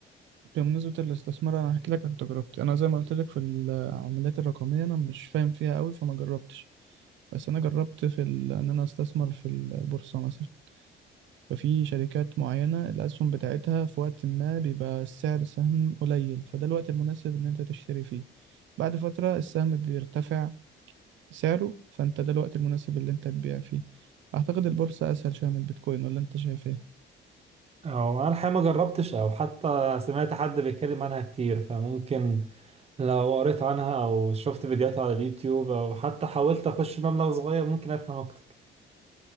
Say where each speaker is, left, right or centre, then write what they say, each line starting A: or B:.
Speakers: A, on the right (about 70°); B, on the right (about 30°).
A: بمناسبة الاستثمار انا هحكي لك عن تجربتي انا زي ما قلت لك في العملات الرقمية انا مش فاهم فيها قوي فما جربتش بس انا جربت في ال... ان انا استثمر في البورصة مثلا ففي شركات معينة الأسهم بتاعتها في وقت ما بيبقى السعر السهم قليل فده الوقت المناسب إن أنت تشتري فيه بعد فترة السهم بيرتفع سعره فأنت ده الوقت المناسب اللي أنت تبيع فيه أعتقد البورصة أسهل شوية من البيتكوين ولا أنت شايف إيه؟
B: او انا الحقيقة ما جربتش او حتى سمعت حد بيتكلم عنها كتير فممكن لو قريت عنها او شفت فيديوهات على اليوتيوب او حتى حاولت اخش مبلغ صغير ممكن افهم اكتر